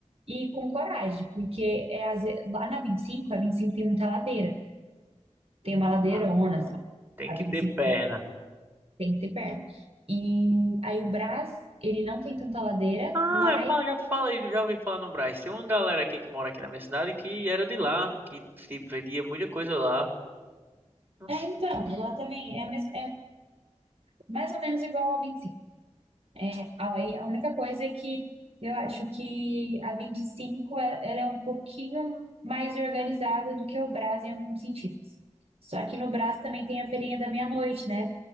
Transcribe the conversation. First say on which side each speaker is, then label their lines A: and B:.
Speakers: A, on the right; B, on the right.
A: e com coragem. Porque é, às vezes, lá na 25, a 25 tem muita ladeira. Tem uma ladeirona,
B: Ah,
A: assim.
B: tem
A: A
B: que
A: vinte
B: ter
A: e cinco
B: perna.
A: tem que ter perna. E aí o Brás, ele não tem tanta ladeira,
B: Ah,
A: mas
B: eu falo, já falei, já ouvi falar no Brás. Tem uma galera aqui que mora aqui na minha cidade que era de lá, que, tipo, vendia muita coisa lá. Nossa,
A: É, então, lá também é, mes- é mais ou menos igual a vinte e cinco É, Aí, a a única coisa é que eu acho que a 25 é- ela é um pouquinho mais organizada do que o Brás em alguns sentidos. Só que no Brás também tem a feirinha da meia-noite, né?